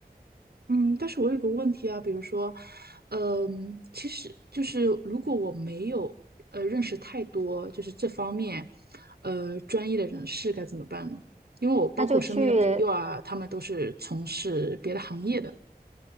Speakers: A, on the right; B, on the right.
A: 嗯，但是我有个问题啊，比如说，嗯，其实就是如果我没有呃认识太多就是这方面呃专业的人士该怎么办呢？因为我包括我身边的朋友啊，
B: 那就去
A: 他们都是从事别的行业的。